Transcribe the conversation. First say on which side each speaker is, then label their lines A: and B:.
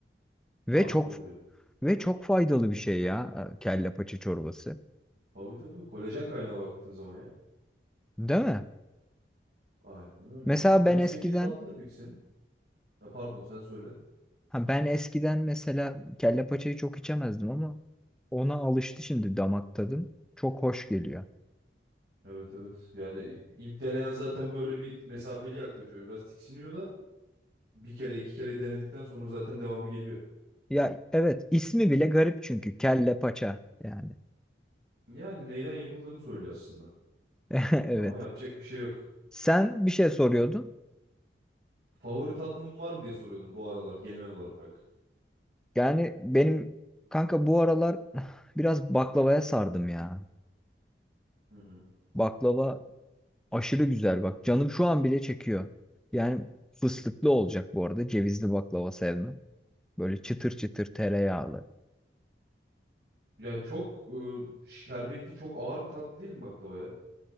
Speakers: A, in the centre; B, on the right (about 65°).
A: ve
B: Harika
A: çok
B: oluyor.
A: ve çok faydalı bir şey ya e, kelle paça çorbası.
B: Tabii tabii kolajen kaynağı baktığın zaman ya.
A: Değil mi?
B: Aynen öyle.
A: Mesela
B: En
A: ben
B: sevdiğin
A: eskiden
B: tatlı ne peki senin? Ha, pardon sen söyle.
A: Ha ben eskiden mesela kelle paçayı çok içemezdim ama ona alıştı şimdi damak tadım. Çok hoş geliyor.
B: Evet evet. Yani ilk deneyen zaten böyle bir mesafeli yaklaşıyor. Biraz tiksiniyor da bir kere iki kere denedikten sonra zaten devamı geliyor.
A: Ya evet ismi bile garip çünkü kelle paça yani.
B: Yani neyden yapıldığını söylüyor aslında.
A: <laughs>
B: Ama yapacak
A: Evet.
B: bir şey yok.
A: Sen bir şey soruyordun.
B: Favori tatlım var mı diye soruyordum bu aralar genel olarak.
A: Yani benim kanka bu aralar <sighs> biraz baklavaya sardım ya.
B: Hı hı.
A: Baklava aşırı güzel bak. Canım şu an bile çekiyor. Yani fıstıklı olacak bu arada. Cevizli baklava sevmem. Böyle çıtır çıtır tereyağlı.
B: Ya çok e, şerbetli çok ağır bir tatlı değil mi baklava ya?